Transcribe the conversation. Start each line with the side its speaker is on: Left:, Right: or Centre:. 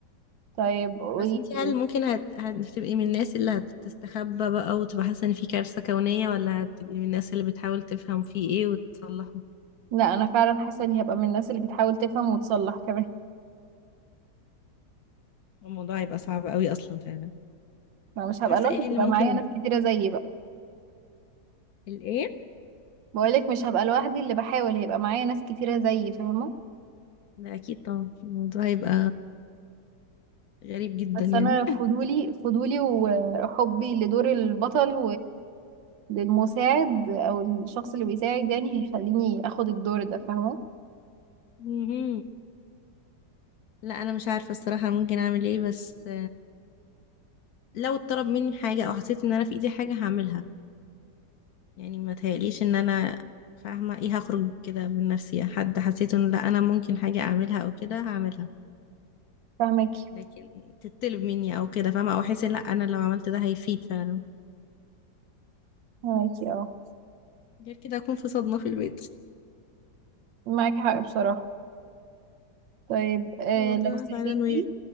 Right: طيب قولي
Left: بس انتي
Right: لي
Left: هل ممكن هت... هتبقي من الناس اللي هتستخبى بقى وتبقى حاسة ان في كارثة كونية ولا هتبقي من الناس اللي بتحاول تفهم فيه ايه وتصلحه
Right: لا انا فعلا حاسة اني هبقى من الناس اللي بتحاول تفهم وتصلح كمان
Left: الموضوع هيبقى صعب قوي أصلا فعلا
Right: ما مش هبقى
Left: حاسة
Right: لوحدي
Left: ايه اللي
Right: هيبقى
Left: ممكن
Right: معايا ناس كتيرة زيي بقى
Left: الايه؟
Right: بقولك مش هبقى لوحدي اللي بحاول هيبقى معايا ناس كتيرة زيي فاهمة
Left: لا اكيد طبعا الموضوع هيبقى غريب جدا
Right: بس
Left: يعني
Right: انا فضولي فضولي وحبي لدور البطل وللمساعد او الشخص اللي بيساعد يعني هيخليني اخد الدور ده فاهمه
Left: مهم. لا انا مش عارفه الصراحه ممكن اعمل ايه بس لو اتطلب مني حاجه او حسيت ان انا في ايدي حاجه هعملها يعني ما تهيأليش ان انا فاهمه ايه هخرج كده من نفسي يعني حد حسيت ان لا انا ممكن حاجه اعملها او كده هعملها
Right: فاهمكي
Left: لكن تتطلب مني او كده فاهمه او احس ان لا انا لو عملت ده هيفيد فعلا
Right: فاهمكي اه
Left: غير كده اكون في صدمه في البيت
Right: معاكي حق بصراحه طيب آه
Left: الموضوع
Right: لو صحيتي
Left: فعلا وير